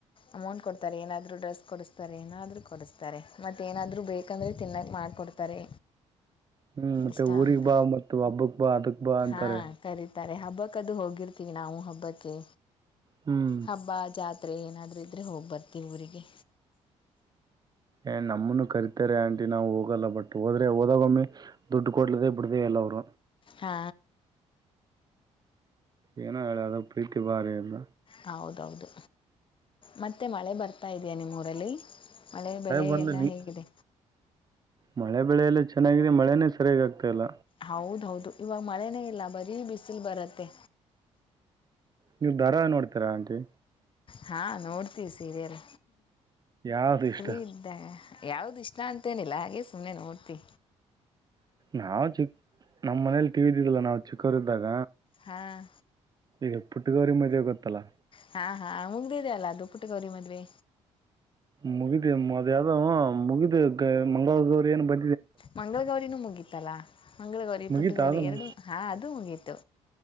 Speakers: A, on the left (about 40°); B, on the right (about 30°).
A: ಅಮೌಂಟ್ ಕೊಡ್ತಾರೆ ಏನಾದ ಡ್ರೆಸ್ ಕೊಡಿಸ್ತಾರೆ ಏನಾದ ಕೊಡಿಸ್ತಾರೆ ಮತ್ತೆ ಏನಾದ್ರು ಬೇಕ ಯಾಕಂದ್ರೆ ತಿನ್ನಕ ಮಾಡಿಕೊಡ್ತಾರೆ
B: ಹ್ಮ್ ಮತ್ತೆ
A: ಇಷ್ಟ
B: ಊರಿಗ
A: ಅಂತ
B: ಬಾ ಮತ್ತ ಒಬ್ಬಕ್ ಬಾ ಅದಕ್ ಬಾ ಅಂತಾರೆ
A: ಹಾಂ ಕರೀತಾರೆ ಹಬ್ಬಕ್ಕದು ಹೋಗಿರ್ತೀವಿ ನಾವು ಹಬ್ಬಕ್ಕೆ
B: ಹ್ಮ್
A: ಹಬ್ಬ ಜಾತ್ರೆ ಏನಾದರೂ ಇದ್ದರೆ ಹೋಗಿ ಬರ್ತೀವಿ ಊರಿಗೆ
B: ಏ ನಮ್ಮನ್ನು ಕರಿತಾರೆ ಆಂಟಿ ನಾವು ಹೋಗಲ್ಲ ಬಟ್ ಹೋದ್ರೆ ಹೋದಾಗೊಮ್ಮೆ ದುಡ್ಡು ಕೊಡ್ಲದೇ ಬಿಡಿದೆ ಎಲ್ಲ ಅವರು
A: ಹಾ
B: ಏನೋ ಹೇಳೋ ಅದು ಪ್ರೀತಿ ಭಾರಿ ಅಂತ
A: ಹೌದೌದು ಮತ್ತೆ ಮಳೆ ಬರ್ತಾ ಇದೆಯಾ ನಿಮ್ಮ ಊರಲ್ಲಿ ಮಳೆ ಬೆಳೆ
B: ಬಂದು
A: ಎಲ್ಲ
B: ನೀ
A: ಹೇಗಿದೆ
B: ಮಳೆ ಬೆಳೆ ಎಲ್ಲ ಚೆನ್ನಾಗಿದೆ ಮಳೆನೇ ಸರಿಯಾಗಿಾಗ ಆತಾಲ್ಲ
A: ಹೌದ ಹೌದು ಇವಾಗ ಮಳೆನೇ ಇಲ್ಲ ಬರೀ ಬಿಸಿಲು ಬರುತ್ತೆ
B: ನೀವು ದರ ನೋಡ್ತೀರಾ ಆಂಟಿ
A: ಹಾಂ ನೋಡ್ತೀವಿ ಸೀರಿಯಲ್
B: ಯಾವ್ದು ಇಷ್ಟ
A: ಅಲೀ ಅಾಗ ಯಾವ್ದು ಇಷ್ಟ ಅಂತೇನಿಲ್ಲ ಹಾಗೆ ಸುಮ್ಮನೆ ನೋಡ್ತಿ
B: ನಾವ್ ಚಿಕ್ಕ ನಮ್ಮ್ ಮನೇಲಿ ಟಿವ ಇದ್ದಿದ್ದ್ಲ್ಲ ನಾವ್ ಚಿಕ್ಕವರು ಇದ್ದಾಗ
A: ಹಾಂ
B: ಈಗ ಪುಟ್ಗೌರಿ ಮದುವೆ ಗೊತ್ತಲ್ಲಾ
A: ಹಾ ಹಾ ಮುಂಗ್ದಿದಿದೆ ಅಲ್ಲ ದು ಪುಟ್ಟ ಗೌರಿ ಮದ್ವಿ
B: ಮುಗಿದಮ್ಮ ಅದ ಯಾವಾವ ಮುಗಿದು ಮಂಗಳಾರದವರು ಏನ್ ಬ
A: ಮಂಗಳಗೌರಿನೂ ಮುಗೀತಲ್ಲಾ ಮಂಗಳಗೌರಿ
B: ಮುಗೀತಾ
A: ಪುಟ್ಟಗೌರಿ
B: ಅದನ್ನು
A: ಎರಡು ಹಾ ಅದು ಮುಗೀತು